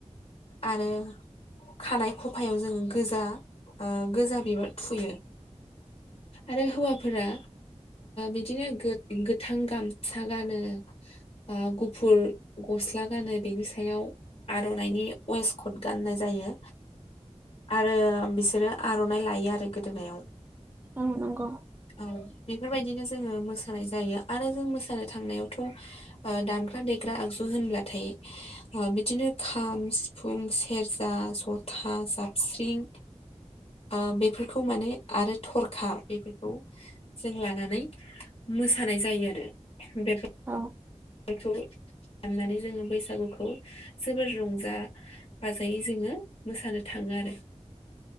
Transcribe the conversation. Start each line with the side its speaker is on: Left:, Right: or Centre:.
Left: आरो खानाय खफायाव जोङो गोजा गोजा बिबार थुयो आरो हौवा फोरा बिदिनो गोथां गामसा गानो ओ गुफुर गस्ला गानो बेनि सायाव आर'नाइनि वेस कट गाननाय जायो आरो बिसोरो आर'नाइ लायो आरो गोदोनायाव
Right: औ नंगौ
Left: औ बेफोरबायदिनो जोङो मोसानाय जायो आरो जों मोसानो थांनायावथ' दामग्रा दे ग्रा आगजु होनब्लाथाय बिदिनो खाम सिफुं सेरजा जथा साबस्रिं आ बेफोरखौ माने आरो थरखा बेफोरखौ जों लानानै मो सानाय जायो आरो बे
Right: औ
Left: फाननानै जोङो बैसागुखौ जोबोद रंजा बाजायै जोङो मोसानो थाङो आरो